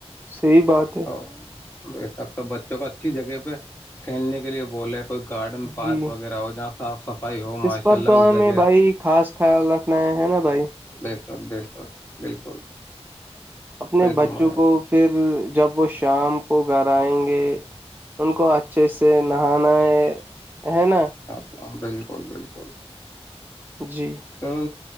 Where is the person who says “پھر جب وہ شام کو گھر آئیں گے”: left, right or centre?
Right